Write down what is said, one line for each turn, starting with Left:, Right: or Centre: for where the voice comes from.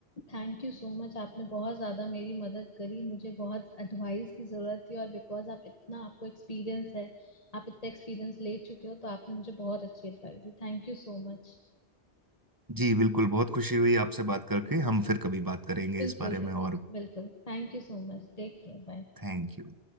Left: थैंक यू सो मच आपने बहुत ज़्यादा मेरी मदद करी मुझे बहुत एडवाइस की ज़रूरत थी और बिकॉज आप इतना आपको एक्सपीरियंस है आप इतना एक्सपीरियंस ले चुके हो तो आपने मुझे बहुत अच्छी एडवाइस दी थैंक यू सो मच
Right: जी बिल्कुल बहुत खुशी हुई आपसे बात करके हम फिर कभी बात करेंगे
Left: बिल्कुल
Right: इस बारे
Left: बिल्कुल
Right: में और
Left: बिल्कुल thank you so much take care bye
Right: थैंक यू